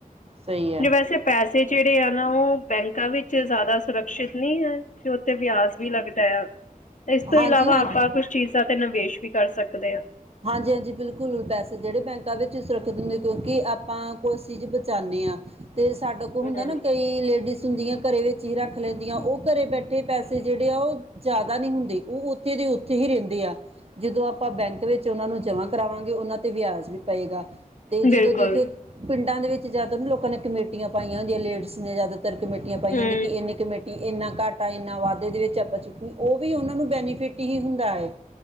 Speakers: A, on the right; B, on the left.
A: ਸਹੀ ਹੈ।
B: ਵੈਸੇ ਪੈਸੇ ਜੇੜੇ ਆ ਨਾ, ਓ ਬੈਂਕਾਂ ਵਿੱਚ ਜ਼ਿਆਦਾ ਸੁਰੱਖਸ਼ਿਅਤ ਨੀ ਹੈ। ਤੇ ਉਥੇ ਵਿਆਜ ਵੀ ਲੱਗਦਾ ਆ, ਏਸ ਤੋਂ
A: ਹਾਂਜੀ
B: ਇਲਾਵਾ ਆਪਾਂ ਕੁਛ ਚੀਜ਼ਾਂ ਤੇ ਨਿਵੇਸ਼ ਵੀ ਕਰ ਸਕਦੇ। ਹਾਂ।
A: ਹਾਂਜੀ-ਹਾਂਜੀ, ਬਿਲਕੁਲ ਪੈਸੇ। ਪੈਸੇ ਜੇੜੇ ਬੈਂਕਾਂ ਵਿੱਚ ਸੁਰੱਖਿਅਤ ਹੁੰਦੇ, ਕਿਉਂਕਿ ਆਪਾਂ, ਕੁਛ ਚੀਜ਼ ਬਚਾਨੇ ਆਂ। ਤੇ ਸਾਡੇ ਕੋਲ ਹੁੰਦਾ
B: ਹੂੰ
A: ਨਾ ਕਈ। ਲੇਡੀਜ਼ ਹੁੰਦੀਆਂ ਘਰੇ ਵਿੱਚ ਹੀ ਰੱਖ ਲੈਂਦੀਆਂ, ਉਹ ਘਰੇ ਬੈਠੇ ਪੈਸੇ ਜਿਹੜੇ ਆ ਉਹ। ਜ਼ਿਆਦਾ ਨਹੀਂ ਹੁੰਦੇ, ਉਹ ਉੱਥੇ ਦੇ ਉੱਥੇ ਹੀ ਰਹਿੰਦੇ ਆ ਜਦੋਂ ਆਪ। ਆਪਾਂ ਬੈਂਕ ਵਿੱਚ ਉਹਨਾਂ ਨੂੰ ਜਮਾਂ ਕਰਾਵਾਂਗੇ, ਉਹਨਾਂ ਤੇ ਵਿਆਜ ਵੀ ਪਏਗਾ, ਤੇ ਜਦੋਂ
B: ਬਿਲਕੁਲ
A: ਦੇਖੇ। ਪਿੰਡਾਂ ਦੇ ਵਿੱਚ ਜ਼ਿਆਦਾ ਨਾ ਲੋਕਾਂ ਨੇ ਕਮੇਟੀਆਂ ਪਾਈਆਂ ਹੁੰਦੀਆਂ, ਲੇਡਸ ਨੇ ਜ਼ਿਆਦਾਤਰ ਕਮੇਟੀਆਂ ਪਾਈਆਂ
B: ਹੂੰ
A: ਹੰਦੀਆਂ, ਕਿ ਇੰਨਨੀ ਕਮੇਟੀ। ਇਨਾ ਘਾਟਾ ਇੰਨਾ ਵਾਧੇ ਦੇ ਵਿੱਚ ਆਪਾਂ ਚੁੱਕਣੀ, ਉਹ ਵੀ ਉਹਨਾਂ ਨੂੰ ਬੈਨੀਫਿਟ ਹੀ ਹੁੰਦਾ ਹੈ।